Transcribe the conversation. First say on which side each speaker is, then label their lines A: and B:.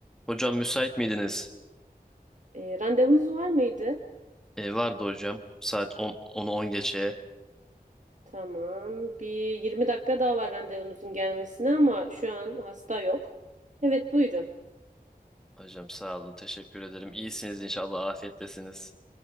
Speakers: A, in the centre; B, on the right (about 50°).
A: Hocam müsait miydiniz?
B: E, randevunuz var mıydı?
A: E, vardı hocam. Saat on 10'u 10 geçeye.
B: Tamam. Bir 20 dakika daha var randevunuzun gelmesine ama şu an hasta yok. Evet buyurun.
A: Hocam sağ olun. Teşekkür ederim. İyisiniz inşallah. Afiyettesiniz.